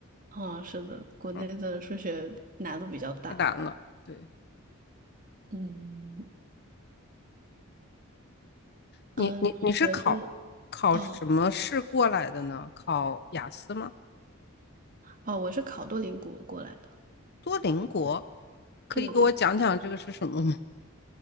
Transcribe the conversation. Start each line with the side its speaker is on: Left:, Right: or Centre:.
Right: 哦，是的，国内的数学难度比较大。
Left: 嗯，太难了。对，
Right: 嗯
Left: 你你你是考
Right: 嗯，你觉得？
Left: 考什么试过来的呢？
Right: 哦
Left: 考雅思吗？
Right: 哦，我是考多邻国过来的。
Left: 多邻国，可以给我讲讲这个是什么吗？
Right: 对的，